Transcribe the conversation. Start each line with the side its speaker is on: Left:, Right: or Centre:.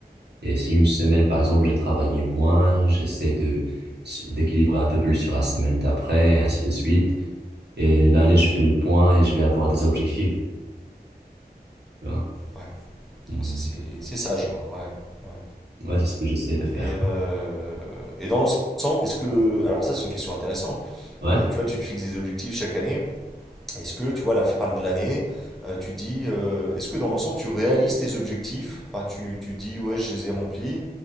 Right: Et si une semaine, par exemple, j'ai travaillé moins, j'essaie de, d'équilibrer un peu plus sur la semaine d'après, et ainsi de suite. Et l'année, je fais le point et je vais avoir des objectifs. tu vois.
Centre: Ouais.
Right: Mm.
Centre: Non, c'est c'est- c'est sage. hein. Ouais. Ouais.
Right: Ouais, c'est ce que j'essaie de faire.
Centre: Et, euh, et dans l'ensemble, est-ce que... Alors ça c'est une question intéressante.
Right: <laughs> Ouais.
Centre: Euh, tu vois, tu te fixes des objectifs chaque année. Est-ce que, tu vois, à la fin de l'année, euh, tu te dis, euh, est-ce que dans l'ensemble, tu réalises tes objectifs? Enfin, tu, tu te dis, ouais, je les ai remplis,